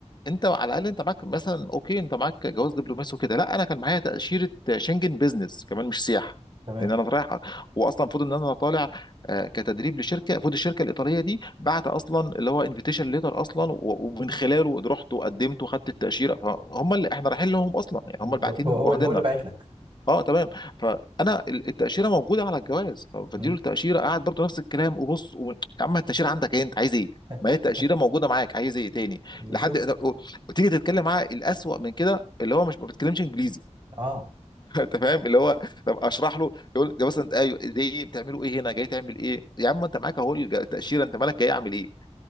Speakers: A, on the left; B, on the right.
A: انت على الاقل انت معاك مثلا اوكي انت معاك جواز دبلوماسي وكده لا انا كان معايا تاشيره شنجن بيزنس كمان مش سياحه
B: تمام
A: لان انا رايح واصلا المفروض ان انا طالع آه، كتدريب لشركه المفروض الشركه الايطاليه دي بعت اصلا اللي هو انفيتيشن ليتر اصلا و- ومن خلاله رحت وقدمت وخدت التاشيره فهم اللي احنا رايحين لهم اصلا يعني
B: بالظبط
A: هم اللي باعتين
B: هو هو
A: واخديننا
B: اللي هو اللي باعت لك
A: اه تمام فانا ال- التاشيره موجوده على الجواز ف- فاديله
B: مم.
A: التاشيره قاعد برضه نفس الكلام وبص و... يا عم التاشيره عندك ايه انت عايز ايه
B: <laughs>
A: ما هي التاشيره موجوده معاك عايز ايه تاني
B: بالظبط
A: لحد و... وتيجي تتكلم معاه الاسوأ من كده اللي هو مش ما بتكلمش انجليزي
B: اه
A: <laughs> انت فاهم اللي هو طب اشرح له يقول ده مثلا ايوه ده ايه بتعملوا ايه هنا جاي تعمل ايه يا عم انت معاك اهو الج- التاشيره انت مالك جاي اعمل ايه